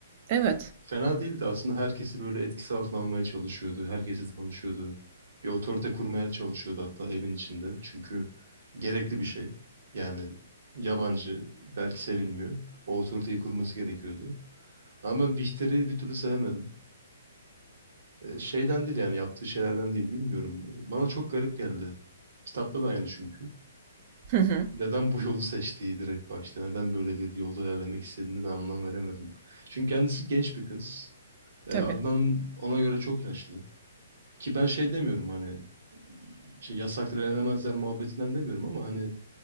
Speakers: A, on the right (about 40°); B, on the right (about 70°).
A: Evet.
B: fena değildi. Aslında herkesi böyle etkisi altına almaya çalışıyordu. Herkesi tanışıyordu. Bir otorite kurmaya çalışıyordu hatta evin içinde. Çünkü gerekli bir şey. Yani yabancı belki sevilmiyor. O otoriteyi kurması gerekiyordu. Ama ben Bihter'i bir türlü sevemedim. E, şeyden değil yani yaptığı şeylerden değil bilmiyorum. E, Bana çok garip geldi. Kitapta da aynı çünkü.
A: <laughs>
B: Neden bu yolu seçtiği direkt başta, neden böyle bir yolda ilerlemek istediğini ben anlam veremedim. Çünkü kendisi genç bir kız. E,
A: Tabii,
B: Adnan ona göre çok yaşlı. Ki ben şey demiyorum hani şey yasaktır elenemezler muhabbetinden demiyorum ama hani